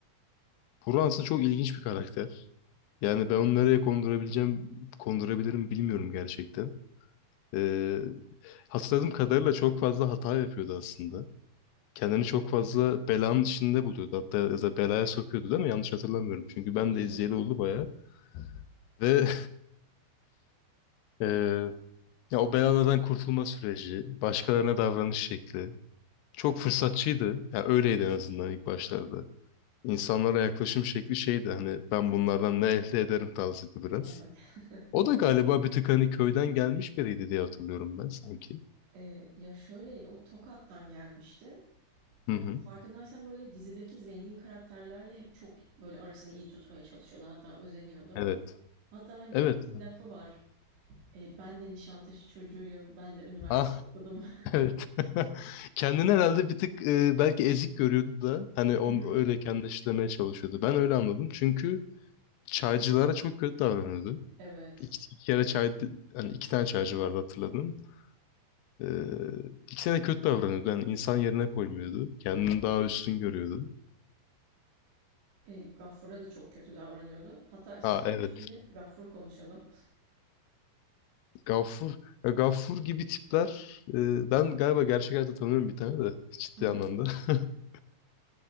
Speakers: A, on the left; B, on the right.
A: Burhan aslında çok ilginç bir karakter. Yani ben onu nereye kondurabileceğim, kondurabilirim bilmiyorum gerçekten. Ee, hatırladığım kadarıyla çok fazla hata yapıyordu aslında. Kendini çok fazla belanın içinde buluyordu. Hatta ya da belaya sokuyordu değil mi? Yanlış hatırlamıyorum. Çünkü
B: Tabii
A: ben
B: canım.
A: de izleyeli oldu bayağı. Ve <laughs> e, ya o belalardan kurtulma süreci, başkalarına davranış şekli çok fırsatçıydı. Ya öyleydi en azından ilk başlarda. İnsanlara yaklaşım şekli şeydi hani ben bunlardan ne elde ederim tarzıydı biraz.
B: Evet. <laughs> Bir
A: O da
B: de
A: galiba bir tık hani köyden gelmiş biriydi diye hatırlıyorum ben sanki.
B: e, ya şöyleydi o Tokat'tan gelmişti. Ve
A: Hı hı.
B: farkındaysan böyle dizideki zengin karakterlerle hep çok böyle arasını iyi tutmaya çalışıyordu. Hatta özeniyordu.
A: Evet.
B: Hatta hani
A: Evet.
B: klasik lafı var. E, ben de Nişantaşı çocuğuyum. Ben de üniversite
A: Ah
B: okudum.
A: <laughs> evet. <laughs> Kendini herhalde bir tık e, belki ezik görüyordu da hani onu
B: <laughs>
A: öyle kendine işlemeye çalışıyordu. Ben öyle anladım. Çünkü çaycılara çok kötü davranıyordu.
B: Evet.
A: İki, iki kere çay hani iki tane çaycı vardı hatırladım. Ee, ikisine de kötü davranıyordu. Yani insan yerine koymuyordu. Kendini daha üstün görüyordu.
B: E, Gaffur'a da çok kötü davranıyordu. Hatta istiyorsan
A: Ha evet.
B: şimdi Gaffur konuşalım.
A: Gaffur, ya Gaffur gibi tipler e, ben galiba gerçek hayatta tanıyorum bir tane de ciddi
B: Hı hı.
A: anlamda. <laughs>